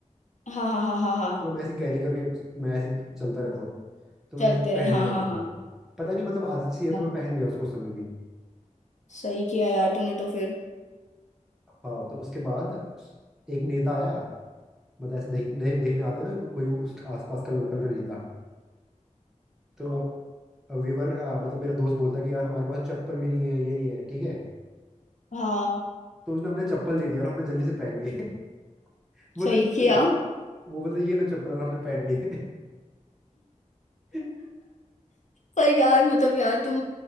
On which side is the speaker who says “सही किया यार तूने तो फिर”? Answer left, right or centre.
Left